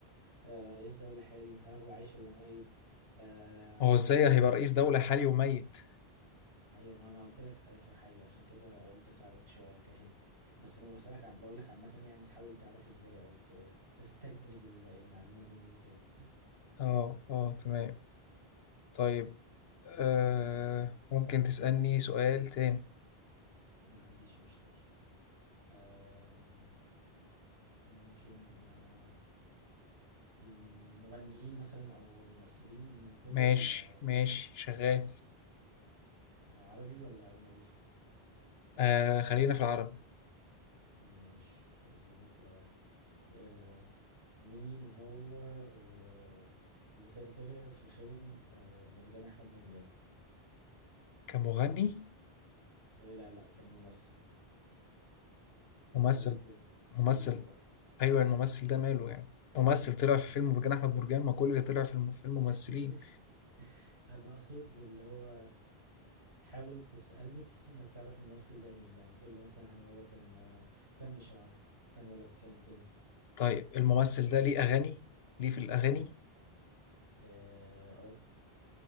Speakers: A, on the right; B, on the left.
A: آه، رئيس دولة حالي هل هو عايش ولا ميت آه،
B: هو ازاي هيبقى رئيس دوله حالي وميت
A: ايوه ما انا قلت لك ساعتها حي عشان كده قلت اساعدك شويه كهنت بس انا بسالك عم بقول لك عامه يعني تحاول تعرف ازاي او ت- تستدرج ال- المعلومه مني ازاي
B: <laughs> اه اه تمام طيب آه ممكن تسألني سؤال تاني
A: ما عنديش مشكله أم، ممكن آه، المغنيين مثلا او ممثلين وكده
B: ماشي
A: ولا
B: ماشي شغال
A: عربي ولا اجنبي
B: آه خلينا في العربي
A: مش خلينا في العربي أه، مين هو أه، اللي كان طلع في فيلم أه، مرجان احمد مرجان
B: كمغني
A: إيه، لا لا كان ممثل
B: ممثل
A: حاول ت-
B: ممثل
A: تجيبه بقى
B: ايوه الممثل ده ماله يعني ممثل طلع في فيلم برجان احمد برجان ما كل اللي طلع في الم- في الممثلين
A: <laughs> انا اقصد اللي هو حاول تسألني بحيث انك تعرف الممثل ده مين يعني تقول لي مثلا هل هو كان كان بشعر كان ولد كانت بنت
B: طيب الممثل ده ليه اغاني ليه في الاغاني
A: اه اه